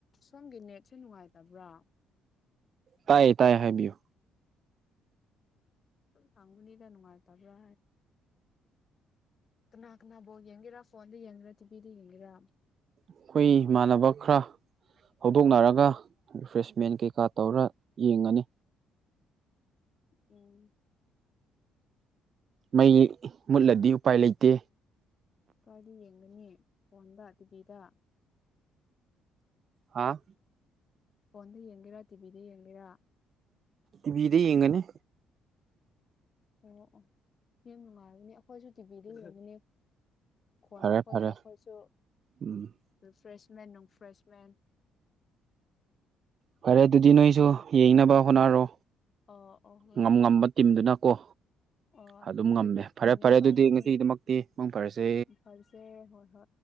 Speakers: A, on the left; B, on the right.
A: ꯁꯣꯝꯒꯤ ꯅꯦꯠꯁꯦ ꯅꯨꯡꯉꯥꯏꯇꯕ꯭ꯔꯥ
B: ꯇꯥꯏꯌꯦ ꯇꯥꯏ ꯍꯥꯏꯕꯤꯌꯨ
A: ꯇꯪꯅꯤꯗ ꯅꯨꯡꯉꯥꯏ ꯇꯕ꯭ꯔ ꯀꯅꯥ ꯀꯅꯥꯕꯧ ꯌꯦꯡꯒꯦꯔꯥ ꯐꯣꯟꯗ ꯌꯦꯡꯒꯦꯔꯥ ꯇꯤꯕꯤꯗ ꯌꯦꯡꯒꯦꯔꯥ
B: ꯑꯩꯈꯣꯏ ꯏꯃꯥꯟꯅꯕ ꯈꯔ ꯍꯧꯗꯣꯛꯅꯔꯒ ꯔꯤꯐ꯭ꯔꯦꯁꯃꯦꯟ ꯀꯩꯀꯥ ꯇꯧꯔ ꯌꯦꯡꯒꯅꯤ
A: ꯎꯝ
B: ꯃꯩ ꯃꯨꯠꯂꯗꯤ ꯎꯄꯥꯏ ꯂꯩꯇꯦ
A: ꯀꯔꯤ ꯌꯦꯡꯒꯅꯤ ꯐꯣꯟꯗ ꯑꯗꯨꯕꯤꯗ
B: ꯍꯥꯥ
A: ꯐꯣꯟꯗ ꯌꯦꯡꯉꯔꯥ ꯇꯤꯕꯤꯗ ꯌꯦꯡꯉꯔꯥ
B: ꯕꯤꯗ ꯌꯦꯡꯒꯅꯤ
A: ꯑꯣ ꯑꯣ ꯌꯥꯝ ꯅꯨꯡꯉꯥꯏꯔꯕꯅꯦ ꯑꯩꯈꯣꯏꯁꯨ ꯇꯤꯚꯤꯗ ꯏꯔꯕꯅꯦ ꯈꯣꯟ
B: ꯐꯔꯦ
A: ꯑꯩꯈꯣꯏꯒ
B: ꯐꯔꯦ
A: ꯑꯩꯈꯣꯏꯁꯨ
B: ꯎꯝ
A: ꯔꯤꯐ꯭ꯔꯦꯁꯃꯦꯟ ꯅꯨꯡꯐ꯭ꯔꯦꯁꯃꯦꯟ
B: ꯐꯔꯦ ꯑꯗꯨꯗꯤ ꯅꯣꯏꯁꯨ
A: ꯑꯗꯨ
B: ꯌꯦꯡꯅꯕ ꯍꯣꯠꯅꯔꯣ
A: ꯑꯣ ꯑꯣ ꯍꯣꯏ
B: ꯉꯝ
A: ꯍꯣꯏ
B: ꯉꯝꯕ ꯇꯤꯝꯗꯨꯅ ꯀꯣ
A: ꯑꯣ ꯑꯩꯈꯣꯏꯗꯤ
B: ꯑꯗꯨꯝ ꯉꯝꯃꯦ
A: ꯐ꯭ꯔꯥꯟꯁ
B: ꯐꯔꯦ ꯐꯔꯦ ꯑꯗꯨꯗꯤ
A: ꯇꯧꯒꯅꯤ
B: ꯉꯁꯤꯒꯤꯗꯃꯛꯇꯤ ꯃꯪ ꯐꯔꯁꯦ
A: ꯏꯝꯐꯥꯜꯁꯦ ꯍꯣꯏ ꯍꯣꯏ